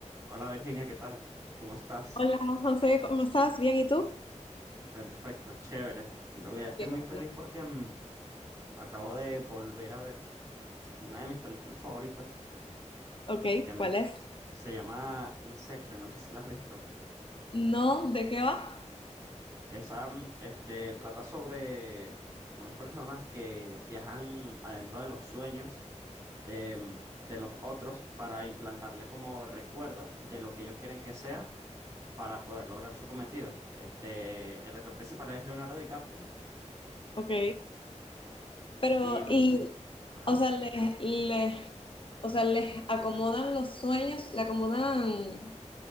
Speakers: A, on the right; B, on the left.
A: Hola Virginia, ¿qué tal? ¿Cómo estás?
B: Hola José, ¿cómo estás? ¿Bien y tú?
A: Perfecto, chévere. En realidad estoy
B: Qué
A: muy feliz
B: bueno.
A: porque mm, acabo de volver a ver una de mis películas favoritas.
B: Ok,
A: Este, mm,
B: ¿cuál es?
A: se, se llama Inception, no sé si la has visto.
B: No, ¿de qué va?
A: Esa, mm, este, trata sobre unas personas que viajan adentro de los sueños de, mm, de los otros para implantarle como recuerdos de lo que ellos quieren que sea para poder lograr su cometido. Este, el actor principal es Leonardo DiCaprio.
B: Ok. Pero,
A: Y mm,
B: y,
A: Ajá.
B: o sea, les, les, o sea, les acomodan los sueños, le acomodan